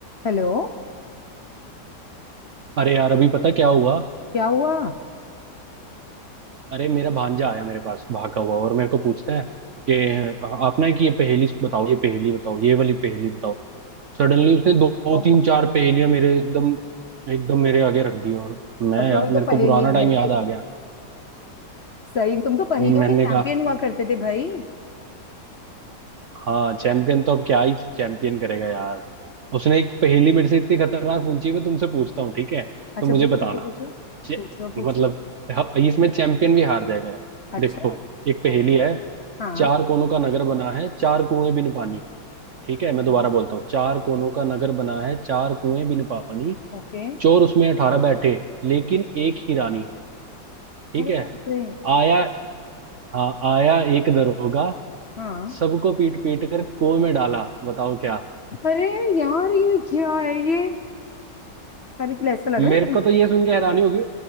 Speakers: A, on the left (about 50°); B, on the right (about 60°).
A: Hello
B: अरे यार अभी पता क्या हुआ
A: क्या हुआ
B: अरे मेरा भांजा आया मेरे पास भागा हुआ और मेरे को पूछता है कि आप ना कि ये पहेली बताओ ये पहेली बताओ ये वाली पहेली बताओ सडनली उसने दो, दो
A: और
B: तीन चार पहेलियां मेरे एकदम एकदम मेरे आगे रख दी और मैं
A: और तुम्हें
B: यार मेरे
A: तो
B: को
A: पहेलियां
B: पुराना टाइम
A: वैसे
B: याद आ गया
A: सही तुम तो पहेलियों
B: मैंने
A: के चैंपियन
B: कहा
A: हुआ करते थे भाई
B: हाँ चैंपियन तो अब क्या ही चैंपियन करेगा यार उसने
A: हाँ।
B: एक पहेली मेरे से इतनी खतरनाक पूछी मैं तुमसे पूछता हूँ ठीक है
A: अच्छा
B: तो मुझे
A: पूछो
B: बताना
A: पूछो पूछो
B: चे-
A: पूछो पूछो
B: मतलब हाँ, इसमें चैंपियन भी हार जाएगा
A: अच्छा
B: देखो एक पहेली
A: हाँ बताओ
B: है
A: हाँ
B: चार कोनों का नगर बना है चार कुएं बिन पानी ठीक है
A: अच्छा,
B: मैं दोबारा बोलता हूँ चार कोनों का नगर बना है चार कुएं बिन पानी
A: ओके
B: चोर उसमें अठारह बैठे लेकिन एक ही रानी ठीक
A: अरे
B: है
A: बाप रे
B: आया हाँ आया एक दरोगा
A: हाँ
B: सबको पीट पीट कर कुएं में डाला बताओ क्या
A: अरे यार ये क्या है ये अरे क्या ऐसा लग
B: मेरे
A: रहा है पर-
B: को तो ये सुन के हैरानी होगी